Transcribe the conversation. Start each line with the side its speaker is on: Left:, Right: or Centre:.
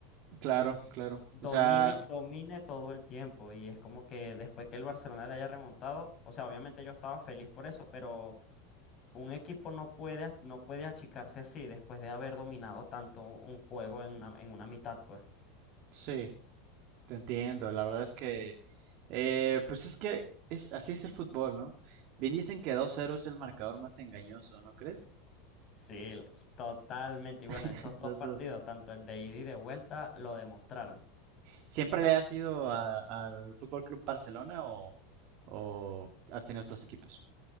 Right: Claro, claro.
Left: Domine,
Right: O sea,
Left: domine todo el tiempo. Y es como que después que el Barcelona le haya remontado, o sea, obviamente yo estaba feliz por eso, pero un equipo no puede, no puede achicarse así después de haber dominado tanto un juego en una, en una mitad, pues.
Right: sí. Te entiendo, la verdad es que, eh, pues es que es, así es el fútbol, ¿no? Bien dicen que dos 0 es el marcador más engañoso, ¿no crees?
Left: Sí, l- totalmente. Y bueno,
Right: <laughs>
Left: esos
Right: Entonces,
Left: dos partidos, tanto el de ida y de vuelta, lo demostraron.
Right: ¿siempre le has ido a- al Fútbol Club Barcelona o, o has tenido otros equipos?